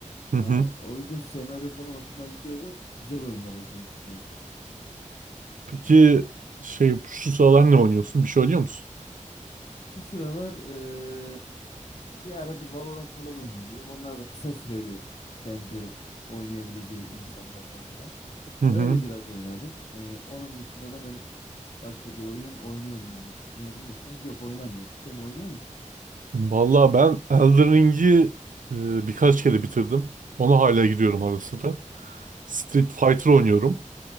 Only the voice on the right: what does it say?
Hı hı.
Peki şey şu sıralar ne oynuyorsun? Bir şey oynuyor musun?
Hı hı.
Vallahi ben Elden Ring'i e, birkaç kere bitirdim. Ona hala gidiyorum ara sıra. Street Fighter oynuyorum.